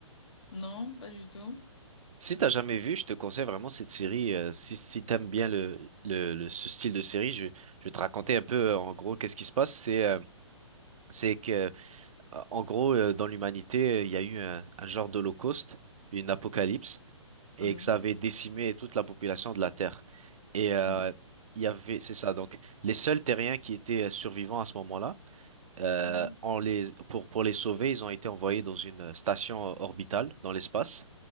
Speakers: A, on the left; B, on the right.
A: non, pas du tout.
B: Si t'as jamais vu, je te conseille vraiment cette série. euh, si si t'aimes bien le, le, le- ce style de série, je, je vais te raconter un peu euh, en gros qu'est-ce qui se passe. C'est euh, c'est que euh, en gros euh, dans l'humanité euh, il y a eu un, un genre d'holocauste, une apocalypse, et
A: Oui.
B: que ça avait décimé toute la population de la Terre. Et euh,
A: Oh là.
B: il y avait, c'est ça. Donc les seuls terriens qui étaient euh, survivants à ce moment-là Euh,
A: Oui,
B: on les, pour, pour les sauver, ils ont été envoyés dans une station orbitale dans l'espace.